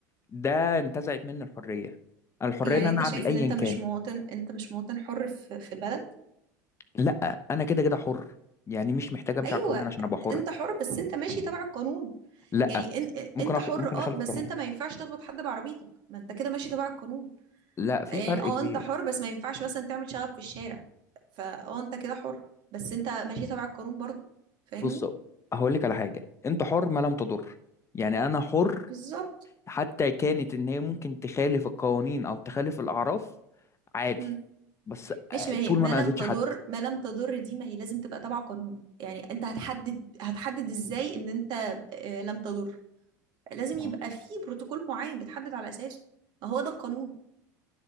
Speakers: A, on the left (about 30°); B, on the right (about 50°).
A: ده انتزعت مني الحرية انا الحرية
B: يعني
A: ان انا
B: أنت شايف
A: اعمل ايا
B: إن أنت مش
A: كان
B: مواطن أنت مش مواطن حر في في البلد
A: لا انا كده كده حر يعني مش محتاج امشي
B: أيوة
A: على القانون عشان ابقى حر
B: انت حر بس انت ماشي تبع القانون
A: لا
B: يعني ان...
A: ممكن
B: انت
A: أخ...
B: حر
A: ممكن
B: اه
A: اخالف
B: بس
A: القانون
B: انت ما ينفعش تخبط حد بعربيتك ما انت كده ماشي تبع القانون
A: لا في
B: يعني
A: فرق
B: اه
A: كبير
B: انت حر بس ما ينفعش مثلا تعمل شغب في الشارع فاه انت كده حر بس انت ماشي تبع القانون برضو فاهمني
A: بص هقول لك على حاجة انت حر ما لم تضر يعني انا حر
B: بالظبط
A: حتى كانت ان هي ممكن تخالف القوانين او تخالف الاعراف عادي
B: مم.
A: بس آه،
B: ماشي ما
A: طول
B: هي
A: ما
B: ما
A: انا
B: لم
A: اذيتش
B: تضر
A: حد
B: ما لم تضر دي ما هي لازم تبقى تبع قانون يعني انت هتحدد هتحدد ازاي ان انت آه، لم تضر لازم
A: ما
B: يبقى
A: هو-
B: في بروتوكول معين بتحدد على اساسه ما هو ده القانون